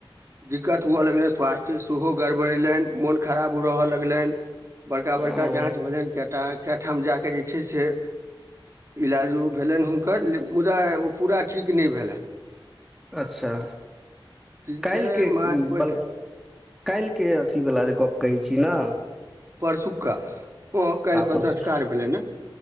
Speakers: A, on the right; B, in the centre.
A: दिक्कत हुअ लगलैन स्वास्थ्य सेहो गड़बड़ेलैन मोन खराब रहै लगलैन। बड़का बड़का
B: ओ
A: जाँच भेलैन केटा। कए ठाम जााकऽ जे छै से इलाज ओ भेलैन हुनकर। मुदा ओ पूरा ठीक नहि भेलै।
B: अच्छा
A: तीन
B: काल्हिके
A: चारि मास पहि
B: बला। काल्हिके अथी वला जे गप कहै छी न।
A: परसुका ओ काल्हिखन
B: परसु
A: संस्कार भेलैन। <inaudible>